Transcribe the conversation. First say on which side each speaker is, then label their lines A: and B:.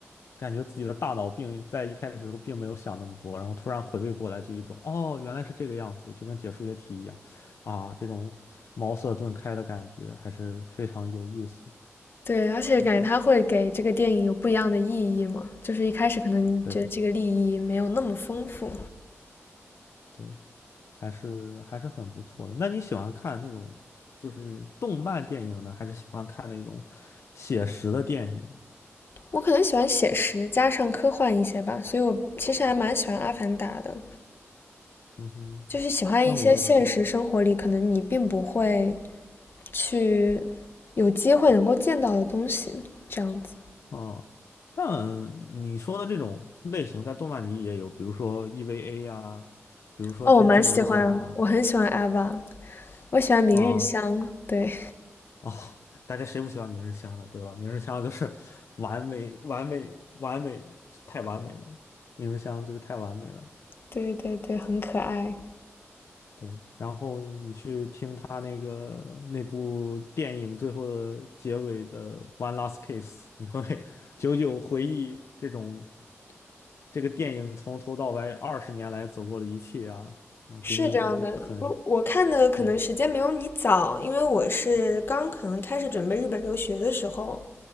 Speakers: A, on the left; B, on the left.
A: 感觉自己的大脑并在一开始的时候并没有想那么多，然后突然回味过来，就一种哦，原来是这个样子，就跟解数学题一样啊，这种茅塞顿开的感觉还是非常有意思的
B: 对，而且感觉他会给这个电影有不一样的意义嘛，
A: 啊。
B: 就是一开始可能觉得这个利益没有那么丰富。
A: 对对，还是还是很不错的。那你喜欢看那种就是动漫电影呢，还是喜欢看那种写实的电影？
B: 我可能喜欢写实加上科幻一些吧，所以我其实还蛮喜欢《阿凡达》的。
A: 嗯哼。
B: 就是喜欢一些现实生活里可能你并不会
A: 那我
B: 去有机会能够见到的东西，这样子。
A: 哦，但你说的这种类型在动漫里也有，比如说 EVA 啊，比如说《星际牛仔》啊，
B: 哦，我蛮喜欢，我很喜欢 Ava，我喜欢明日香，
A: 啊
B: 对，
A: 哦，大家谁不喜欢明日香的，对吧？明日香就是完美、完美、完美，太完美了，明日香就是太完美了。
B: 对对对，很可爱。
A: 对，然后你去听他那个那部电影最后的结尾的《One Last Kiss》，你会 <laughs> 久久回忆这种这个电影从头到尾二十年来走过的一切啊啊，
B: 是这样的，
A: 给你一种很
B: 我我看的可能时间没有你早，
A: 对，
B: 因为我是刚可能开始准备日本留学的时候，